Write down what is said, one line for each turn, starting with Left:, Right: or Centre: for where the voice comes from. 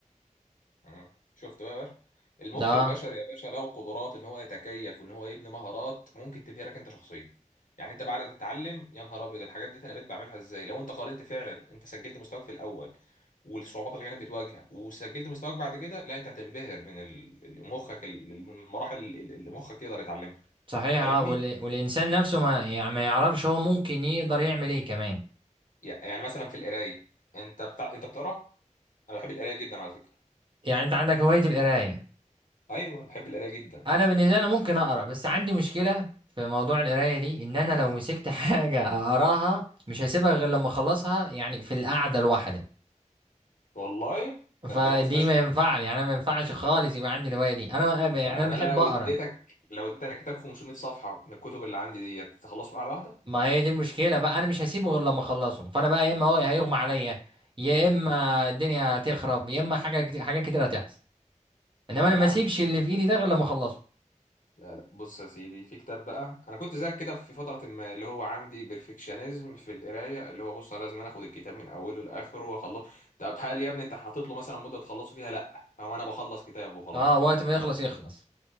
Left: مم. شفت بقى يا باشا المخ
Right: ده
Left: البشري يا باشا له قدرات ان هو يتكيف وان هو يبني مهارات ممكن تبهرك لك انت شخصيا يعني انت بعد ما تتعلم يا نهار ابيض الحاجات دي انا بقيت بعملها ازاي لو انت قارنت فعلا انت سجلت مستواك في الاول والصعوبات اللي كانت بتواجهها وسجلت مستواك بعد كده لا انت هتنبهر من ال- ال- مخك ال- المراحل ال- اللي مخك يقدر يتعلمها
Right: صحيح
Left: فاهمني
Right: اه وال... والانسان نفسه ما يعني ما يعرفش هو ممكن يقدر يعمل ايه كمان
Left: يعني مثلا في القرايه انت بتاع... انت بتقرا انا بحب القرايه جدا على فكره
Right: يعني انت عندك هوايه القرايه
Left: ايوه بحب القرايه جدا
Right: انا بالنسبه لي أنا ممكن اقرا بس عندي مشكله في موضوع القرايه دي ان انا لو مسكت <laughs> حاجه اقراها مش هسيبها غير لما اخلصها يعني في القعده الواحده
Left: والله
Right: فدي
Left: ده انت جامد فشخ
Right: ما ينفع
Left: يعني.
Right: يعني انا ما ينفعش خالص يبقى عندي الهوايه دي انا ما- يعني
Left: يعني
Right: انا بحب
Left: انا لو
Right: اقرا
Left: اديتك لو اديتك كتاب 500 صفحه من الكتب اللي عندي ديت تخلصه في قعده واحده
Right: ما هي دي المشكله بقى انا مش هسيبه غير لما اخلصه فانا بقى يا اما هو هيغمى عليا يا اما الدنيا هتخرب يا اما حاجه كتير حاجات كتير هتحصل انما
Left: يا
Right: انا
Left: يا
Right: ما
Left: عم
Right: اسيبش
Left: ده
Right: اللي
Left: مش
Right: في
Left: ماشي.
Right: ايدي ده غير لما اخلصه
Left: لا لا بص يا سيدي في كتاب بقى انا كنت زيك كده في فتره ما اللي هو عندي بيرفكشنزم في القرايه اللي هو بص انا لازم أنا اخد الكتاب من اوله لاخره واخلصه طب هل يا ابني انت حاطط له مثلا مده تخلصه فيها لا هو انا بخلص كتاب وخلاص
Right: اه وقت ما يخلص يخلص